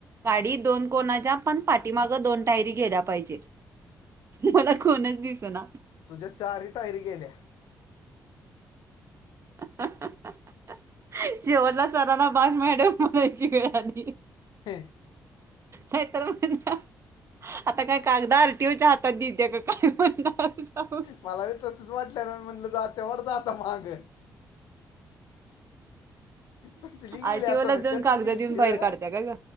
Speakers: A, on the right; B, on the left.
A: गाडी दोन कोणाच्या पण पाठीमागं दोन टायरी गेल्या पाहिजेत. मला कोणच दिस ना.
B: तुझ्या चारी. टायरी गेल्या.
A: <unintelligible> शेवटला सरांना बास मॅडम म्हणायची वेळ आली.
B: हे.
A: नाही तर म्हणा. आता काय कागदा आर्टिओच्या हातात देत्या का काय म्हणला आमचा भाऊ
B: मला बी तसच वाटलेला म्हटलं जात्या वाटतं आता माग. कसली गेल्या
A: आरटीओलाच
B: संकतच
A: जाऊन कागद
B: गेलती
A: देऊन बाहेर
B: ग.
A: काढत्या का